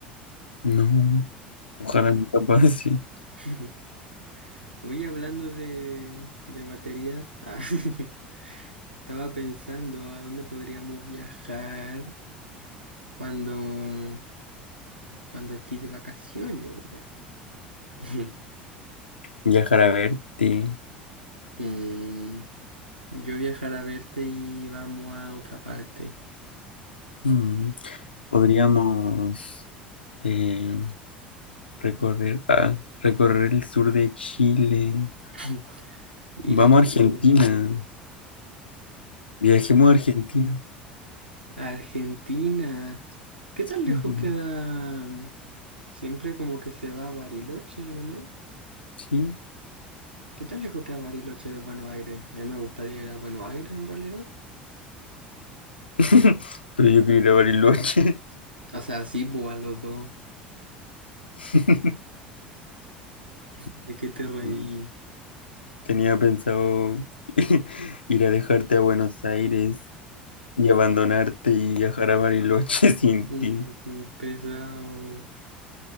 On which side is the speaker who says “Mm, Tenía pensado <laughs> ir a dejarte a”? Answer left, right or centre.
Left